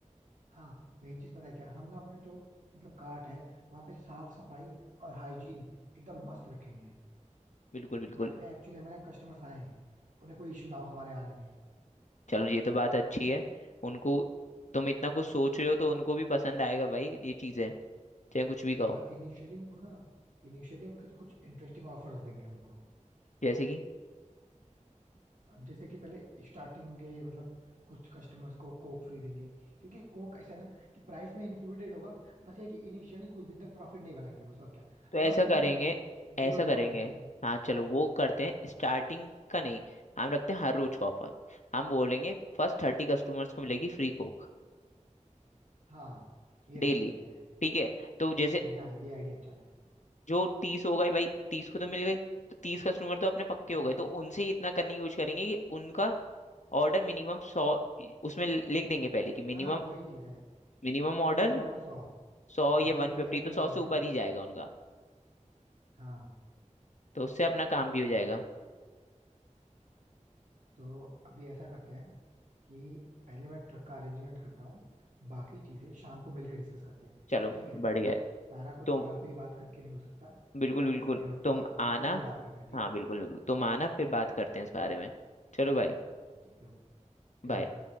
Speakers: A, on the right; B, on the left.
A: हाँ मेन चीज पता है क्या है हम ना अपने जो मतलब काट है वहां पे साफ सफाई और हाइजीन एकदम मस्त रखेंगे
B: बिल्कुल बिल्कुल
A: ताकि मैं एक्चुअली हमारे कस्टमर्स आए उन्हें कोई इशू ना हो हमारे आने में
B: चलो ये तो बात अच्छी है उनको तुम इतना कुछ सोच रहे हो तो उनको भी पसंद आएगा भाई ये चीजें चाहे कुछ भी कहो
A: और इनिशियली उनको ना इनिशियली उनके कुछ इंटरेस्टिंग ऑफर्स देंगे उनको
B: जैसे कि
A: जैसे कि पहले स्टार्टिंग के मतलब कुछ कस्टमर्स को कोक फ्री देंगे क्योंकि कोक ऐसा है ना कि प्राइस में इंक्लूडेड होगा बस ये है कि इनिशियली कुछ दिन तक प्रॉफिट नहीं बनाएंगे बस और क्या
B: तो ऐसा
A: लॉस भी
B: करेंगे
A: नहीं बनाएंगे
B: ऐसा
A: जीरो जीरो
B: करेंगे
A: पे रखते हैं
B: हाँ चलो
A: स्टार्टिंग
B: वो
A: में
B: करते हैं स्टार्टिंग
A: हाँ बोलो
B: का नहीं हम रखते हैं हर रोज का ऑफर हम बोलेंगे फर्स्ट थर्टी कस्टमर्स को मिलेगी फ्री कोक
A: हाँ ये
B: डेली
A: रख सकते हैं
B: ठीक है तो जैसे
A: ये- यहाँ ये आइडिया अच्छा है
B: जो तीस हो गए भाई तीस को तो मिल गई तो तीस कस्टमर तो अपने पक्के
A: हाँ
B: हो गए तो उनसे ही इतना करने की कोशिश करेंगे कि उनका ऑर्डर मिनिमम सौ उसमें लिख देंगे पहले कि मिनिमम
A: हाँ वही चीज है
B: मिनिमम ऑर्डर
A: Mini order सौ
B: सौ
A: एग्जैक्टली
B: या वन फिफ्टी
A: ये आइडिया
B: तो सौ
A: बढ़िया
B: से
A: है
B: ऊपर ही जाएगा उनका
A: हाँ
B: तो उससे अपना काम भी
A: ठीक
B: हो जाएगा
A: है तो अभी ऐसा करते हैं कि पहले मैं ट्रक का अरेंजमेंट करता हूँ बाकी चीजें शाम को मिलकर डिस्कस करते हैं
B: चलो
A: ठीक है
B: बढ़िया है
A: सारा कुछ
B: तुम
A: कॉल पे ही बात करके नहीं हो सकता
B: बिल्कुल
A: मतलब
B: बिल्कुल तुम आना
A: वन टू वन बात करते हैं ठीक
B: हाँ
A: है
B: बिल्कुल बिल्कुल तुम आना फिर बात करते हैं इस बारे में चलो भाई
A: ठीक है ओके
B: बाय
A: बाय